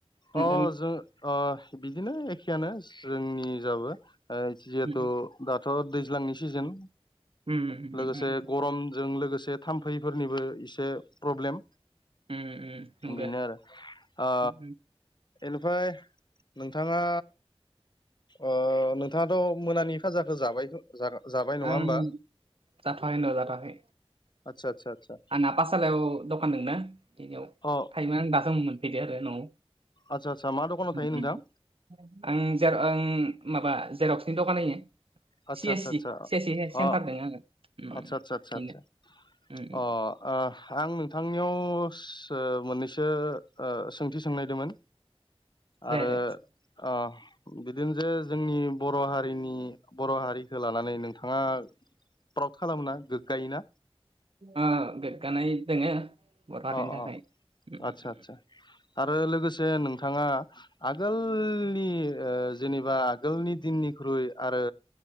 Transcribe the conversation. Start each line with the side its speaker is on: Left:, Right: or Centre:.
Right: नोंथांनि
Left: अ जों ओ बिदिनो एखेयानो जोंनि जाबो ओ जिहेथु
Right: उम
Left: दाथ' दैज्लांनि सिजोन
Right: उम उम
Left: लोगोसे
Right: उम
Left: गरमजों लोगोसे थाम्फैफोरनिबो इसे प्रब्लेम।
Right: उम उम, नंगो
Left: बेनो आरो ओ
Right: उम उम
Left: एनिफाय नोंथाङा ओ नोंथाङाथ' मोनानि खाजाखौ जाबाय जा जाबाय नङा
Right: आं
Left: होमबा?
Right: जाथ'वाखै र' जाथ'वाखै
Left: आतसा आतसा आतसा
Right: आंना पाठसालायाव दखान दंना बेनियाव
Left: अ
Right: थायोमा दासो मोनफैदो आरो न'आव
Left: आतसा आदसा मा दखानाव
Right: उम
Left: थायो
Right: उम
Left: नोंथां?
Right: उम। आं जेर आं माबा जेरक्सनि दखान होयो।
Left: आदसा
Right: सि एस
Left: आदसा
Right: सि
Left: आदसा
Right: सि एस सि हेड सेन्टार
Left: अ
Right: दोङो आङो उम
Left: आदसा आदसा आदसा
Right: बेनो
Left: आदसा
Right: उम
Left: अ ओ
Right: उम
Left: आं नोंथांनियाव सो मोननैसो ओ सोंथि सोंनायदोमोन
Right: दे
Left: आरो
Right: दे
Left: ओ बिदिनो जे जोंनि बर' हारिनि बर' हारिखो लानानै नोंथाङा प्रउड खालामोना गोग्गायोना?
Right: ओ गोगानाय दोङो। बर' हारिनि
Left: अ अ
Right: थाखाय उम
Left: आतसा
Right: उम।
Left: आतसा आरो लोगोसे नोंथाङा आगोलनि ओ जेनेबा गोलनि दिननिख्रुइ आरो